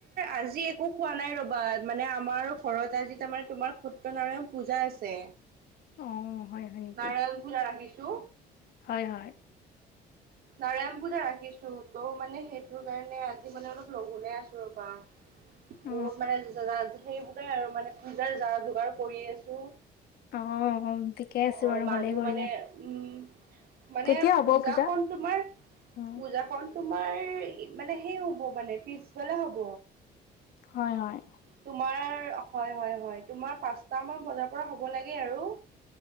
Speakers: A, on the right; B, on the left.
A: আজি একো খোৱা নাই ৰবা মানে আমাৰ ঘৰত আজি তাৰমানে তোমাৰ সত্যনাৰায়ণ পূজা আছে
B: অ হয় হয় নেকি
A: নাৰায়ণ পূজা ৰাখিছো
B: হয় হয়
A: নাৰায়ণ পূজা ৰাখিছো তৌ মানে সেইটো কাৰণে আজি মানে অলপ লগোলোই আছো ৰ'বা
B: অ
A: বহুত মানে সেইবোৰেই আৰু মানে পূজাৰ যা যোগাৰ কৰি আছো
B: অ ঠিকে আছে
A: অ
B: বাৰু
A: মানুহ
B: ভালেই কৰিলা।
A: মানে উম মানে
B: কেতিয়া হ'ব
A: পূজাখন
B: পূজা?
A: তোমাৰ
B: উম
A: পূজাখন তোমাৰ মানে সেই হ'ব মানে পিছবালা হব
B: হয় হয়
A: তোমাৰ হয় হয় হয় তোমাৰ পচান বজাৰ পৰা হ'ব লাগে আৰু